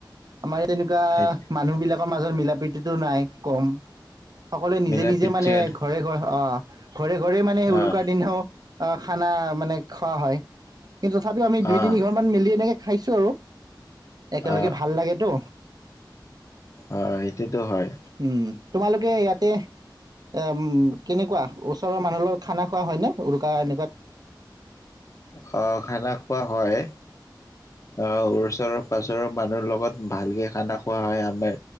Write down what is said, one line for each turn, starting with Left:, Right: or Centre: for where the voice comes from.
Right: আমাৰ এনেকুৱা
Left: সেইটো
Right: মানুহ বিলাক ৰ মাজৰ মিলা প্ৰীতিতো নাই কম সকলোৱে নিজে
Left: মিলা
Right: নিজে
Left: প্ৰীতিৰে
Right: মানে ঘৰে ঘৰে অ ঘৰে ঘৰে মানে উৰুকাৰ
Left: আহ
Right: দিনাও খানা মানে খোৱা হয় কিন্ত তথাপিও আমি দুই
Left: আহ
Right: তিনি ঘৰ মান মিলি এনেকে খাইছো আৰু একেলগে
Left: আহ
Right: ভাল লাগেতো
Left: অ সেইটোতো হয়
Right: উম, তোমালোকে ইয়াতে এ কেনেকুৱা ওচৰৰ মানুহৰ খানা খোৱা হয়নে উৰুকা এনেকুৱাত
Left: খ খানা খোৱা হয় অ ওচৰৰ পাছৰৰ মানুহৰ লগত ভালকৈ খানা খোৱা হয় আমাৰ